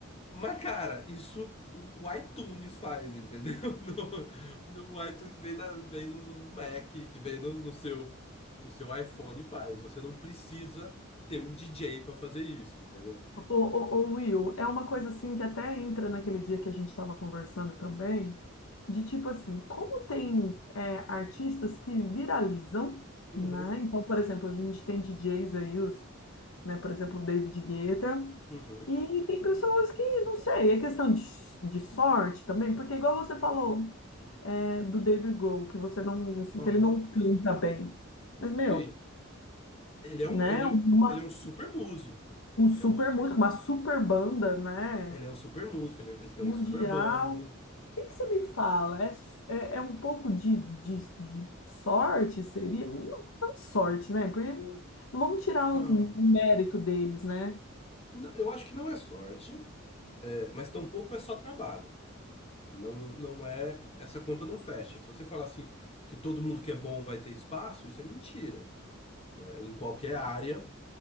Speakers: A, on the left; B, on the left.
A: Mas, cara, isso o, o iTunes faz, entendeu? <laughs> No, no iTunes que vem, na- vem no, no- no Mac, que vem no, no seu, no seu iPhone faz. Você não precisa ter um DJ para fazer isso, entendeu?
B: Ô, ô, ô, Will, é uma coisa assim que até entra naquele dia que a gente estava conversando também, de tipo assim, como tem é, artistas que viralizam,
A: Uhum,
B: né? Então, por exemplo, a gente tem DJs aí, os, né, por exemplo, o David Guetta,
A: uhum,
B: E tem pessoas que, não sei, é questão de, de sorte também, porque igual você falou é, do David Grohl, que você não, assim,
A: aham.
B: que ele não canta bem. Mas, meu,
A: Sim. Ele é um,
B: né,
A: ele é,
B: uma,
A: um- ele é um super músico.
B: um super
A: Ele é um,
B: músico, uma super banda, né,
A: ele é um super músico, ele, ele tem
B: mundial.
A: uma super banda.
B: O que que você me fala? É, é, é um pouco de, de, de sorte, seria? Não, não sorte, né, porque não vamos tirar
A: Não,
B: os- o mérito deles, né?
A: não, eu acho que não é sorte, é, mas tampouco é só trabalho. Não, não é, essa conta não fecha. Se você falar assim que todo mundo que é bom vai ter espaço, isso é mentira, né? Em qualquer área,